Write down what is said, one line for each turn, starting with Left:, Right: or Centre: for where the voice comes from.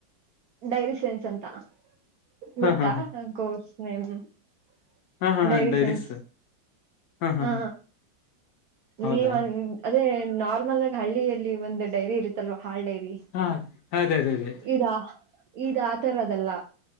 Right: ಡೈರಿ ಸೈನ್ಸ್ ಅಂತ ಗೊತ್ತಾ
Left: ಹಾ ಹಾ
Right: ಗೋಸ್ ನೆಮ್.
Left: ಹಾ ಹಾ ಹಾ
Right: ಡೈರಿ
Left: ಡೈರೀಸ್
Right: ಸೈನ್ಸ್
Left: ಹಾ ಹಾ
Right: ಹ
Left: ಹಾ ಹೌದಾ
Right: ನೀವಂದ ಅದೇ ನಾರ್ಮಲ್ ಅಗಿ ಹಳ್ಳಿಯಲ್ಲಿ ಒಂದು ಡೈರಿ ಇರುತ್ತಲ್ವ ಹಾಲ್ ಡೈರಿ
Left: ಹಾ ಅದೇ ಅದೇ ಅದೇ
Right: ಇದಾ ಇದು ಆ ತರದಲ್ಲ